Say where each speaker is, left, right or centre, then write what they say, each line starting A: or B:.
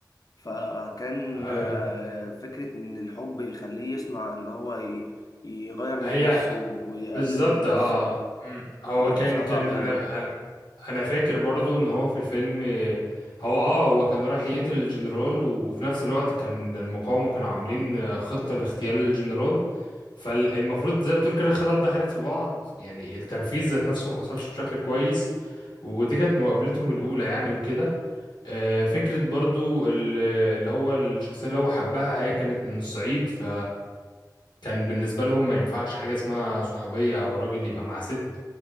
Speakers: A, on the left; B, on the left.
A: فكان
B: آه،
A: آه، فكرة ان الحب يخليه يصنع ان هو ي- يغير من
B: هي
A: نفسه ويقلل
B: بالظبط
A: من نفسه
B: اه مم. هو
A: دي كانت
B: كان
A: بصراحة
B: كان
A: رهيبة
B: انا انا أنا فاكر برضو ان هو في الفيلم آه، هو اه هو كان رايح يقتل الجنرال وفي نفس الوقت كان المقاومة كانوا عاملين آه، خطة لاغتيال الجنرال فالمفروض زي ما بتقول كده الخطط دخلت في بعض يعني التنفيذ ذات نفسه ما حصلش بشكل كويس ودي كانت مقابلتهم الأولى يعني وكده آه، فكرة برضو ال- اللي هو الشخصية اللي هو حبها هي كانت من الصعيد ف كان بالنسبة لهم ما ينفعش حاجة اسمها صحوبية أو راجل يبقى مع ست